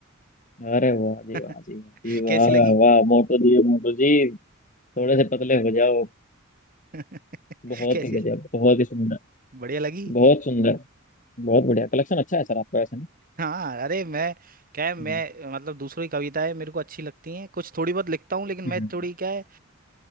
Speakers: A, on the left; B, on the right.
A: अरे वाह जी
B: <laughs>
A: वाह जी वाह जी
B: कैसी
A: वाह
B: लगी
A: वाह मोटो जी मोटो जी थोड़े से पतले हो जाओ
B: <laughs>
A: बहुत
B: कैसी
A: ही गजब बहुत ही सुंदर
B: बढ़िया लगी
A: बहुत सुंदर बहुत बढ़िया कलेक्शन अच्छा है सर आपका ऐसे ना
B: हाँ अरे मैं क्या है मैं
A: हम्म
B: मतलब दूसरों की कविताएं मेरे को अच्छी लगती हैं कुछ थोड़ी बहुत लिखता हूँ लेकिन मैं
A: हम्म
B: थोड़ी क्या है अ,